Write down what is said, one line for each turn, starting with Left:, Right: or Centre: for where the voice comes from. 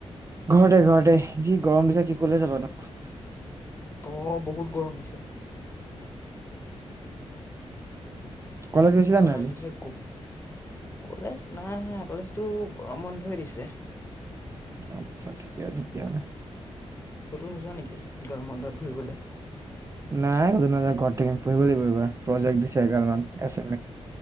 Right: ঘৰতে ঘৰতে, যি গৰম দিছা কি কলৈ যাবা নোৱাৰি।
Left: অহ' বহুত গৰম দিছে।
Right: কলেজ গৈছিলা
Left: বা
Right: নে নাই আজি?
Left: আজিহে গ কলেজ নাই, কলেজটো গৰম বন্ধই দিছে।
Right: আচ্ছা ঠিকে আছে তেতিহলে।
Left: ক'তো নোযোৱা নেকি? গৰম বন্ধত ঘূৰিবলে।
Right: নাই আজি নাজাও ঘৰত থাকিম। পঢ়িব লাগিব এইবাৰ প্ৰজেক্ট দিছে এগালমান আ